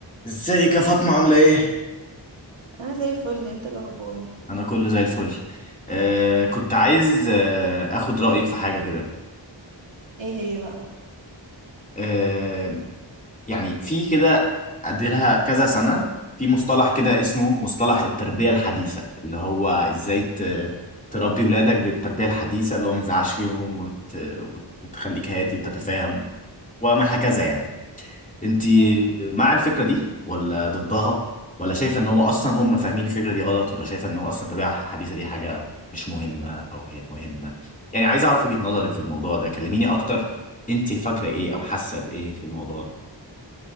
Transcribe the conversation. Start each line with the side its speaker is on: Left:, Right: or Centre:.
Left: ازيك يا فاطمة عاملة ايه؟
Right: انا زي الفل انت الاخبار
Left: أنا كله زي الفل آه كنت عايز آه أخد رأيك في حاجة كده
Right: ايه هي بقى
Left: آه يعني في كده أديلها كذا سنة في مصطلح كده اسمه مصطلح التربية الحديثة اللي هو إزاي ت- تربي ولادك بالتربية الحديثة اللي هو ما تزعقش فيهم وت... وت- وتخليك هادي وتتفاهم وما هكذا يعني انت
Right: امم
Left: مع الفكرة دي ولا ضدها ولا شايفة ان هو اصلا هم فاهمين الفكرة دي غلط ولا شايفة ان هو اصلا الطبيعة الحديثة دي حاجة مش مهمة او هي مهمة يعني عايز اعرف وجهة نظرك في الموضوع ده كلميني اكتر انت فاكرة ايه او حاسة بايه في الموضوع ده